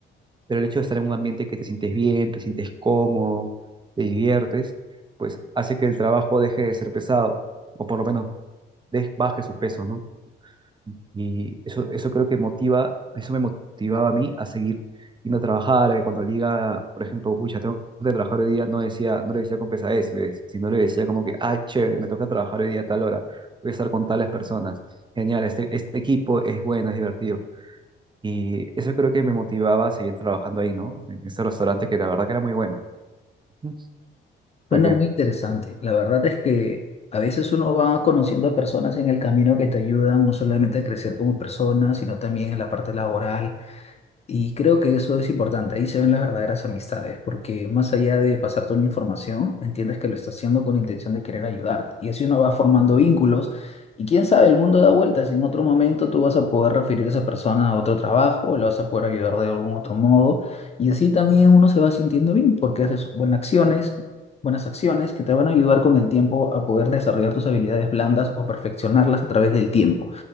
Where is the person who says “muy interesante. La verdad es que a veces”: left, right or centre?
Left